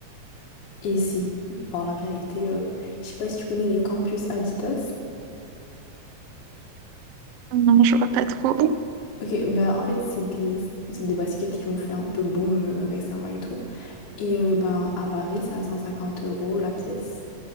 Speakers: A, on the left; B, on the right.
A: Et c'est, enfin, la vérité, euh, je sais pas si tu connais les campus Adidas.
B: Non, je vois pas trop.
A: Ok, ben en fait, c'est des, c'est des baskets qui ont fait un peu boom euh, récemment et tout. Et euh, ben, à Paris, c'est à 150 euros la pièce,